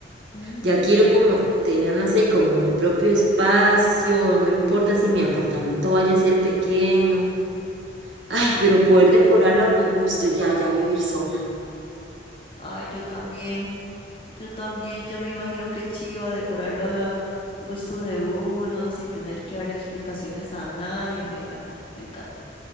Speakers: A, on the left; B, on the right.
A: Mm,
B: Ya quiero como tener, no sé, como mi propio espacio, no importa si mi apartamento vaya a ser pequeño. Ay, pero
A: ujú.
B: poder decorarlo a mi gusto, y ya, ya vivir sola.
A: Ay, yo también. Yo también ya me imagino que chiva decorarlo a la gusto de uno, sin tener que darle explicaciones a nadie. Me encanta, me encanta.